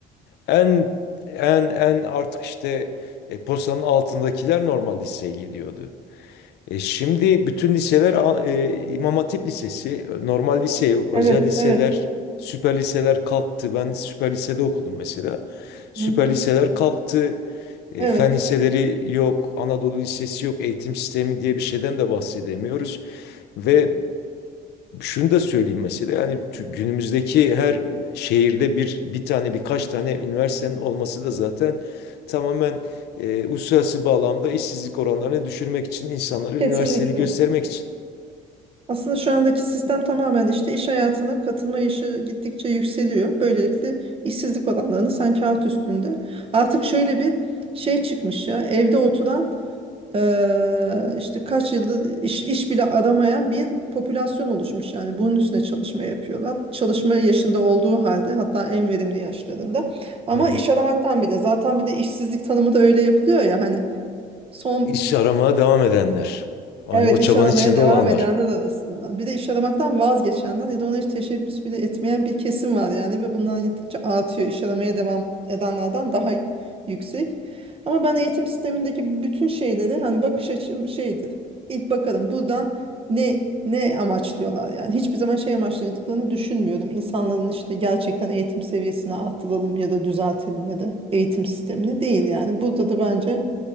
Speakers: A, on the left (about 75°); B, on the right (about 35°).
A: En en en artık işte e, postanın altındakiler normal liseye gidiyordu. E, şimdi bütün liseler a- e, İmam Hatip Lisesi, normal lise yok,
B: Evet,
A: özel liseler,
B: evet.
A: süper liseler kalktı. Ben süper lisede okudum mesela. Süper
B: Hı hı.
A: liseler kalktı. E,
B: Evet,
A: fen liseleri yok, Anadolu Lisesi yok, eğitim sistemi diye bir şeyden de bahsedemiyoruz. Ve şunu da söyleyeyim mesela yani tü- günümüzdeki her şehirde bir bir tane birkaç tane üniversitenin olması da zaten tamamen e, uluslararası bağlamda işsizlik oranlarını düşürmek için insanları üniversiteli
B: kesinlikle.
A: göstermek için.
B: Aslında şu andaki sistem tamamen işte iş hayatına katılma yaşı gittikçe yükseliyor. Böylelikle işsizlik oranlarını sen kağıt üstünde. Artık şöyle bir şey çıkmış ya evde oturan eee, işte kaç yıldır iş, iş bile aramayan bir popülasyon oluşmuş. Yani bunun üstüne çalışma yapıyorlar. Çalışma yaşında olduğu halde hatta en verimli yaşlarında. Ama
A: Hı hı.
B: iş aramaktan bile zaten bir de işsizlik tanımı da öyle yapılıyor ya hani son
A: İş aramaya devam edenler. Hani
B: Evet
A: o çabanın
B: iş aramaya
A: içinde
B: devam
A: olanlar.
B: edenler arasından. Bir de iş aramaktan vazgeçenler ya da ona hiç teşebbüs bile etmeyen bir kesim var yani ve bunlar gittikçe artıyor. İş aramaya devam edenlerden daha yüksek. Ama ben eğitim sistemindeki bütün şeyleri hani bakış açım şeydir. İlk bakalım buradan ne ne amaçlıyorlar yani. Hiçbir zaman şey amaçladıklarını düşünmüyorum. İnsanların işte gerçekten eğitim seviyesini arttıralım ya da düzeltelim ya da eğitim sistemini değil yani. Burada da bence